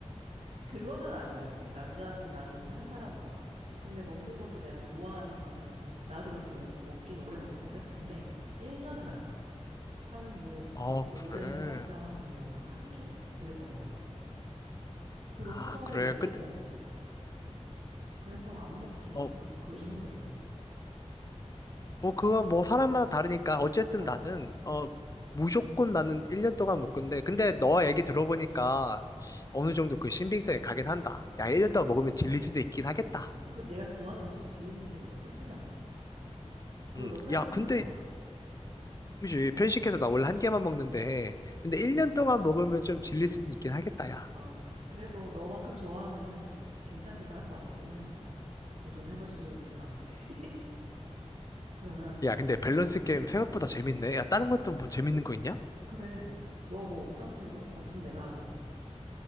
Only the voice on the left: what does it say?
어,
그래.
아,
그래.
근데,
어,
뭐 그건 뭐 사람마다 다르니까 어쨌든
나는 어 무조건 나는 1년 동안 못 근데 근데 너 얘기 들어보니까 어느 정도 그 신빙성이 가긴 한다. 야,
1년 동안 먹으면 질릴 수도 있긴 하겠다.
음.
야, 근데 그지 편식해서 나 원래 한 개만 먹는데 근데 1년 동안 먹으면 좀 질릴 수도 있긴 하겠다, 야.
야, 근데 밸런스 게임 생각보다 재밌네. 야, 다른 것도 뭐 재밌는 거 있냐?